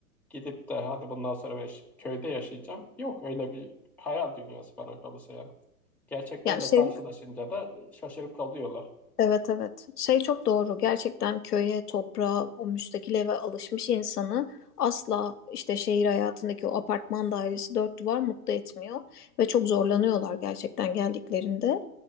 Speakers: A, in the centre; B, on the left.
A: gidip de hadi bundan sonra ben ş- köyde yaşayacağım. Yok öyle bir hayal dünyası bana kalırsa yani. Gerçeklerle
B: Ya şey
A: karşılaşınca da şaşırıp kalıyorlar.
B: evet evet şey çok doğru gerçekten köye toprağa o müstakil eve alışmış insanı asla işte şehir hayatındaki o apartman dairesi dört duvar mutlu etmiyor ve çok zorlanıyorlar gerçekten geldiklerinde